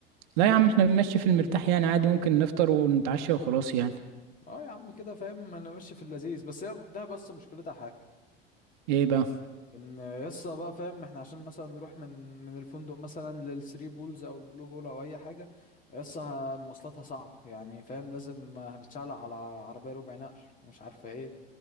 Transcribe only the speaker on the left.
اه يا عم كده فاهم انا ماشي في اللذيذ بس هي ده بس مشكلتها حاجه
ان يسا بقى فاهم احنا عشان مثلا نروح من من الفندق مثلا للثري بولز او البلو هول او اي حاجه يسا مواصلاتها صعب يعني فاهم لازم هنتشعلق على عربيه ربع نقل ومش عارفه ايه